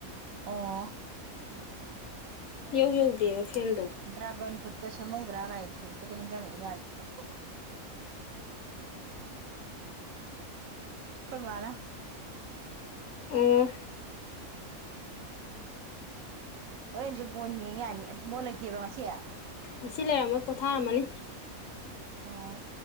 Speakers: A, on the right; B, on the left.
A: ꯑꯣ
B: ꯏꯌꯧ ꯌꯧꯗꯦꯕ ꯐꯂꯦꯝꯗꯣ
A: ꯗ꯭ꯔꯒꯟ ꯐ꯭ꯔꯨꯠꯇꯣ ꯁꯦꯝꯍꯧꯗꯔꯥ ꯒꯥꯏꯅ ꯗꯤꯅꯤꯛꯇꯒ ꯅꯤꯡꯖꯪꯉꯥꯛꯏ ꯃꯥꯜꯂꯦ ꯈꯣꯏꯃꯥꯂ
B: ꯎꯝ
A: ꯍꯣꯔꯦꯟꯁꯦ ꯕꯣꯜ ꯌꯦꯡ ꯌꯥꯅꯤ ꯕꯜ ꯂꯩꯇꯦꯕ ꯉꯁꯤ
B: ꯃꯁꯤ ꯂꯩꯔꯝꯃꯣꯏ ꯄꯣꯊꯥꯔꯝꯃꯅꯤ
A: ꯑꯣ